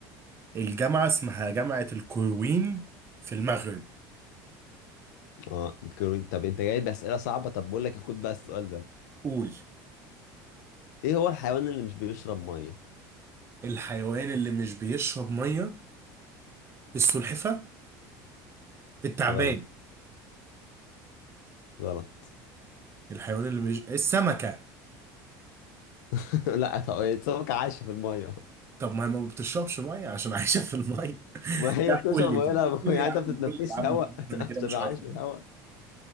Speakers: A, on the right; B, on the left.
A: الجامعة اسمها جامعة القرويين في المغرب
B: اه كرو- طب انت جاي بأسئلة صعبة طب بقول لك خد بقى السؤال ده
A: قول
B: ايه هو الحيوان اللي مش بيشرب مية
A: الحيوان اللي مش بيشرب مية السلحفة التعبان
B: غلط غلط
A: الحيوان اللي مش السمكة
B: <laughs> لا طب سمكة عايشة في المية
A: طب ما هي ما بتشربش مية عشان <laughs> عايشة في المية <laughs>
B: ما هي
A: لا
B: بتشرب
A: قول لي
B: مية
A: طب
B: لا
A: قول
B: <laughs>
A: لي
B: يعني
A: يا
B: انت
A: عم
B: بتتنفسش
A: قول لي يا عم
B: هواء
A: خلاص أنا
B: <laughs> عشان
A: كده مش
B: يبقى
A: عارف
B: عايش
A: أجاوب.
B: في الهواء